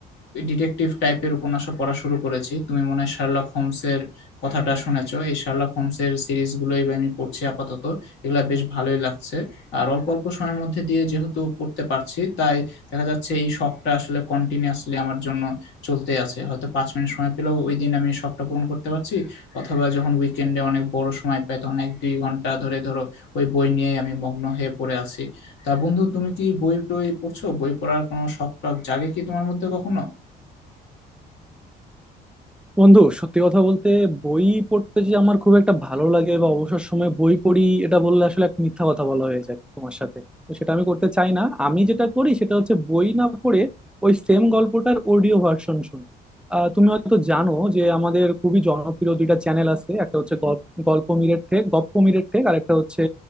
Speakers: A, on the left; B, in the centre.
A: ডিটেকটিভ টাইপের উপন্যাসও পড়া শুরু করেছি তুমি মনে হয় শার্লক হোমসের কথাটা শুনেছো এই শার্লক হোমসের সিরিজগুলোই আমি পড়ছি আপাতত এগুলা বেশ ভালোই লাগছে আর অল্প অল্প সময়ের মধ্যে দিয়ে যেহেতু পড়তে পারছি তাই দেখা যাচ্ছে এই শখটা আসলে কন্টিনিউয়াসলি আমার জন্য চলতে আছে হয়তো পাঁচ মিনিট সময় পেলেও ওই দিন আমি শখটা পূরণ করতে পারছি অথবা যখন উইকেন্ডে অনেক বড় সময় পাই তখন এক দুই ঘন্টা ধরে ধরো ওই বই নিয়েই আমি মগ্ন হয়ে পড়ে আছি তা বন্ধু তুমি কি বই টই পড়ছো বই পড়ার কোনো শখ টখ জাগে কি তোমার মধ্যে কখনো
B: বন্ধু সত্যি কথা বলতে বই পড়তে যে আমার খুব একটা ভালো লাগে বা অবসর সময় বই পড়ি এটা বললে আসলে এক মিথ্যা কথা বলা হয়ে যায় তোমার সাথে তো সেটা আমি করতে চাই না আমি যেটা করি সেটা হচ্ছে বই না পড়ে ওই সেম গল্পটার অডিও ভার্সন শুনি আহ, তুমি হয়তো জানো যে আমাদের খুবই জনপ্রিয় দুইটা চ্যানেল আছে একটা হচ্ছে গল- গল্প মিরেট ঠেক গপ্প মিরেট ঠেক আর একটা হচ্ছে